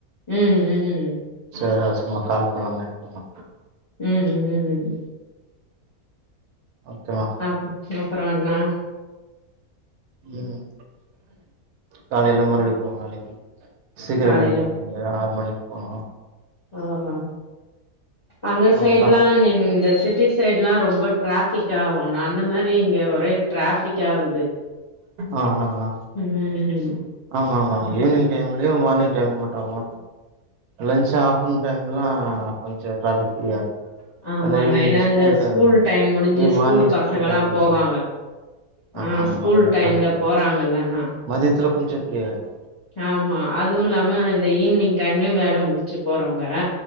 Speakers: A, on the left; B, on the right.
A: ம் ம்
B: சேர்ரா சும்மா கால் பண்ணலாமேன் பண்ண
A: ம் ம்ம்
B: ஓகேவா
A: அப் அப்புறோ அண்ணா
B: ம் காலைல மறுபடி போணு வேலைக்கி சீக்கிரோ
A: காலையில
B: எழுந்திரிக்கனு இல்லயா ஆறு மணிக்கு போனா
A: ஆஹா அந்த
B: போனாதா
A: சைடு்லா நீ இந்த சிட்டி சைடு்லா ரொம்ப டிராஃபிக் ஆவுனா அந்த மாரி இங்க ஒரே டிராஃபிக் ஆவுது
B: ஆ ஆ ஆ
A: ம் ம்
B: ஆமா ஆமா ஈவினிங் டைம்லுயு மார்னிங் டைம் மட்டுமா லஞ்ச் ஆஃப்டர்னூன் டைம்லா கொஞ்சோ டிராஃபிக் ஃப்ரீயா இருக்கு
A: ஆமாண்ணா
B: ஏனா ஈவினிங்
A: ஏன்னா
B: ஸ்கூல்
A: இந்த
B: டைம் ல
A: முடிஞ்சு
B: ஏ மார்னிங்
A: பசங்கல்லா
B: ஸ்கூல் டைம்லலா
A: போவாங்க
B: ஆமா
A: ஆ
B: ஆமா
A: ஸ்கூல்
B: அதலா
A: டைம்ல
B: <unintelligible>
A: போறாங்கல்லண்ணா
B: மதியத்துல கொஞ்சோ ப்ஃரீ ஆய்ரு
A: ஆமா அதுவு இல்லாம இந்த ஈவினிங் டைம்லயு வேல முடிச்சு போறவங்க